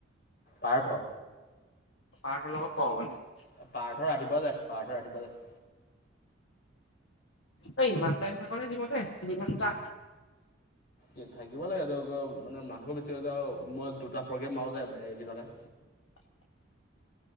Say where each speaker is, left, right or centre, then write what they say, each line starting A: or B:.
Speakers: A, on the left; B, on the left.
A: পাৰ্থ।
B: পাৰ্থৰ লগত কৰ মানে।
A: পাৰ্থ ৰাতিপুৱা যায়, পাৰ্থ ৰাতিপুৱা যায়।
B: তই ইমান টাইম থাক নে জিমতে তিনি ঘণ্টা?
A: এ থাকিব লাগে গ গ মানে মানুহো বেছি হৈ যায় আৰু মই দুটা প্ৰগ্ৰেম মাৰো যে এ এদিনতে।
B: <inaudible>